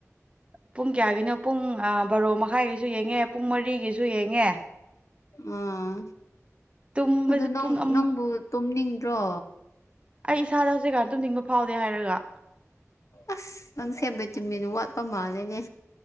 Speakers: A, on the right; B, on the left.
A: ꯄꯨꯡ ꯀꯌꯥꯒꯤꯅꯣ ꯄꯨꯡ ꯕꯥꯔꯣ ꯃꯈꯥꯏꯒꯤꯁꯨ ꯌꯦꯡꯉꯦ ꯄꯨꯡ ꯃꯔꯤꯒꯤꯁꯨ ꯌꯦꯡꯉꯦ
B: ꯑꯥ
A: ꯇꯨꯝꯕꯁꯦ
B: ꯑꯗꯨ ꯅꯪ
A: ꯄꯨꯡ ꯑꯃ
B: ꯅꯪꯕꯨ ꯇꯨꯝꯅꯤꯡꯗ꯭ꯔꯣ
A: ꯑꯩ ꯏꯁꯥꯗ ꯍꯧꯖꯤꯛꯀꯥꯟ ꯇꯨꯝꯅꯤꯡꯕ ꯐꯥꯎꯗꯦ ꯍꯥꯏꯔꯒ
B: ꯑꯁ ꯅꯪꯁꯦ ꯚꯤꯇꯃꯤꯟ ꯋꯥꯠꯄ ꯃꯥꯜꯂꯦꯅꯦ